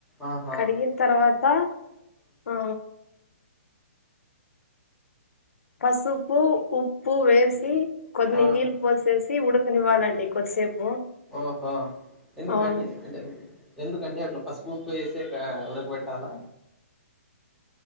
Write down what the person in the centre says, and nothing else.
ఆహా
ఆ
ఓహా ఎందు
కాటి అంటె ఎందుకండి అట్లా పసుపు ఉప్పు వేసాక ఉడక పెట్టాలా